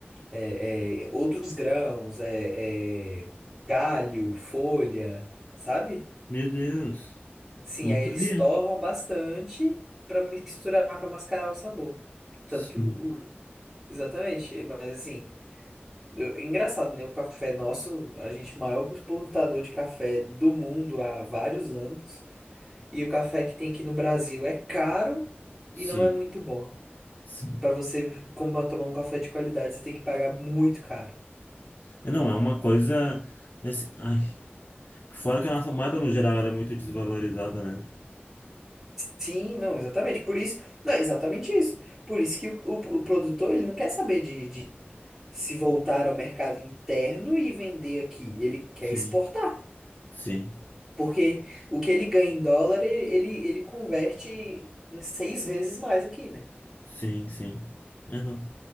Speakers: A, in the centre; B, on the left.
A: é, é, outros grãos, é, é, galho, folha, sabe?
B: Meu Deus.
A: Sim,
B: Não
A: aí
B: sabia.
A: eles torram bastante pra misturar, pra mascarar o sabor.
B: Sim.
A: Tanto que o, o- exatamente, mas assim, eu- engraçado, né? O café nosso, a gente é o maior exportador de café do mundo há vários anos, e o café que tem aqui no Brasil é caro
B: Sim.
A: e não é muito bom.
B: Sim.
A: Pra você como tomar um café de qualidade, você tem que pagar muito caro.
B: É, não, é uma coisa é assim, ai, fora que a nossa moeda no geral ela é muito desvalorizada, né?
A: Sim, não, exatamente. Por isso, não, exatamente isso. Por isso que o, o, o produtor ele não quer saber de, de se voltar ao mercado interno e vender aqui. Ele quer
B: Sim.
A: exportar.
B: Sim.
A: Porque o que ele ganha em dólar, e- ele, ele converte em seis vezes mais aqui, né?
B: Sim, sim. É, não.